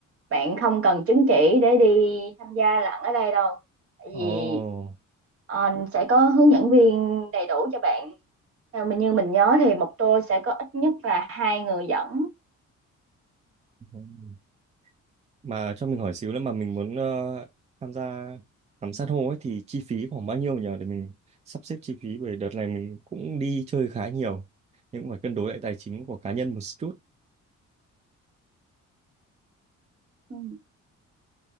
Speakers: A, on the right (about 50°); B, on the right (about 25°).
A: bạn không cần chứng chỉ để đi tham gia lặn ở đây đâu tại vì
B: Ồ,
A: ờ, sẽ có hướng dẫn viên đầy đủ cho bạn Theo mình như mình nhớ thì một tour sẽ có ít nhất là hai người dẫn.
B: Ừ. mà cho mình hỏi xíu nữa mà mình muốn ờ, tham gia ngắm san hô ấy thì chi phí khoảng bao nhiêu nhỉ? Để mình sắp xếp chi phí bởi đợt này mình cũng đi chơi khá nhiều. Nhưng cũng phải cân đối lại tài chính của cá nhân một chút.
A: Ừ.